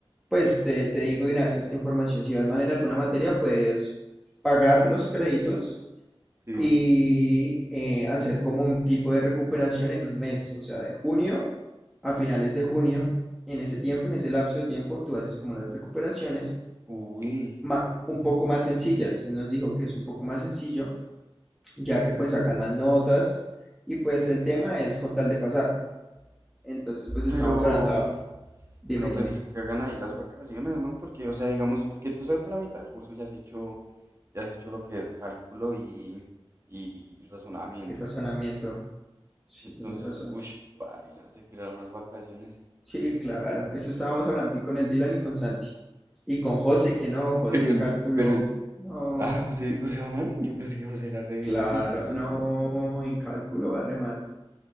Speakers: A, in the centre; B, on the right.
A: pues te, te digo de una vez esta información, si vas mal en alguna materia, puedes pagar los créditos
B: Sí.
A: y eh, hacer como un tipo de recuperación en un mes, o sea, de junio a finales de junio, en ese tiempo, en ese lapso de tiempo, tú haces como unas recuperaciones
B: Uy.
A: ma- un poco más sencillas. Él nos dijo que es un poco más sencillo ya que pues sacan más notas y pues el tema es con tal de pasar. Entonces pues estamos
B: Pero,
A: hablando, dime,
B: pero pues
A: dime,
B: se cagan ahí las vacaciones, ¿no? Porque, o sea, digamos, porque tú sabes que la mitad del curso ya has hecho, ya has hecho lo que es cálculo y, y, y razonamiento.
A: el razonamiento, sí,
B: Entonces,
A: tienes razón.
B: uy, paila, se tiraron las vacaciones.
A: Sí, claro, eso estábamos hablando y con el Dylan y con Santi. Y con José, que no,
B: <laughs>
A: José
B: Pero
A: en
B: el,
A: cálculo,
B: pero el,
A: no,
B: ah, José, José va mal yo pensé que José era re,
A: claro,
B: re vicioso.
A: no, en cálculo va re mal.